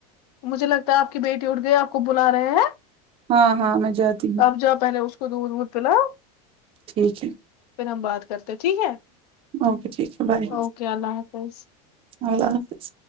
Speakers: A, on the left; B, on the right.
A: مجھے لگتا ہے آپ کی بیٹی اٹھ گئی آپ کو بلا رہے ہیں
B: ہاں ہاں میں جاتی ہوں
A: آپ جاو پہلے اس کو دودھ وودھ پلاؤ
B: ٹھیک ہے
A: پھر ہم بات کرتے ٹھیک ہے
B: اوکے ٹھیک ہے بائے
A: اوکے اللہ حافظ
B: اللہ حافظ